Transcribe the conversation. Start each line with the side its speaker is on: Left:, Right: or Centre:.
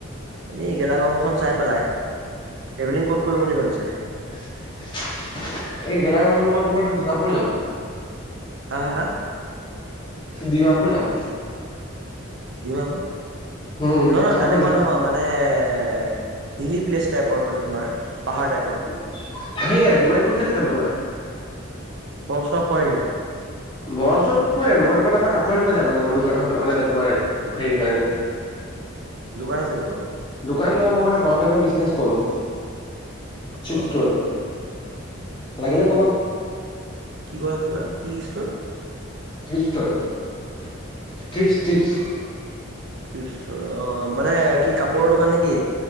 Right: এনেই গেলা গৰম খন চাই পেলাই ট্ৰেভেলিং কত কৰিম বুলি ভাবিছা?
Left: এই গেলা গৰমত মই তোমাৰ ডিমাপুৰ যাম।
Right: হাঁ হাঁ হাঁ?
Left: ডিমাপুৰ যাম।
Right: ডিমাপুৰ?
Left: উম
Right: নহয় নহয়
Left: কাপোৰ
Right: তেনেকুৱা
Left: আনিব
Right: নহব মানে এ হিলী প্লেচ টাইপৰ মানে তোমাৰ। পাহাৰ টাইপৰ।
Left: সেইয়াই ডিমাপুৰ ছাইডতে যাম তোমাৰ।
Right: বৰফ চৰফ পৰে নেকি তাত?
Left: বৰফ, চৰফ নপৰে মই তোমাৰ তাৰ পৰা কাপোৰ আনিব যাম মানে মোৰ দোকানখনৰ মানে তোমাৰ হেৰিৰ কাৰণে
Right: দোকান আছে নেকি তোমাৰ?
Left: দোকান নহয় মানে ঘৰৰ মই তোমাৰ বিজনেছ কৰো।
Right: অঁ
Left: চিপ ষ্টৰ
Right: অঁ অঁ।
Left: লাগিলে ক'বা।
Right: কি কৰা কি কৰা কি ষ্টৰ?
Left: ট্ৰিপ ষ্টৰ, ট্ৰিছ ট্ৰিপছ।
Right: ট্ৰিপছ ষ্টৰ অঁ মানে, কি কাপোৰৰ দোকান নে কি?